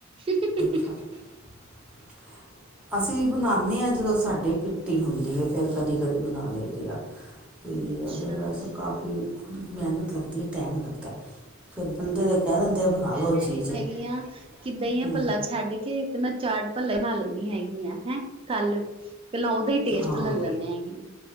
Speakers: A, on the right; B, in the centre.
A: ਹ
B: ਹ <inaudible>
A: <inaudible>
B: ਅਸੀਂ ਬਣਾਉਦੇ ਹਾਂ ਜਦੋਂ ਸਾਡੇ ਕਿੱਟੀ ਹੁੰਦੀ ਹੈ, ਫਿਰ ਕਦੀ ਕਦੀ ਬਣਾ ਲਈਦੇ ਆ। ਅਤੇ
A: ਅੱਛਾ
B: ਅਦਰਵਾਇਜ਼ ਕਾਫੀ ਮਿਹਨਤ ਲੱਗਦੀ ਹੈ ਟਾਈਮ ਲੱਗਦੈ। ਫਿਰ ਬੰਦੇ ਤੇ ਕਹਿ ਦਿੰਦੇ ਆ ਬਣਾ ਲਓ ਚੀਜ਼। ਹੂੰ।
A: ਯਾ ਕਿੱਦਾਂ ਹੀ ਆ ਭਲਾ ਛੱਡ ਕੇ, ਤੇ ਮੈਂ ਚਾਟ। ਭਲ਼ੇ ਬਣਾ ਲੈਂਦੀ ਹੈਗੀ ਆ ਹੈਂ, ਕੱਲ ਪਹਿਲਾਂ ਉਹਦਾ ਹੀ ਟੇਸਟ
B: ਹਾਂ,
A: ਲੈ ਲੈਦੇ ਹੈਗੇ ਆ।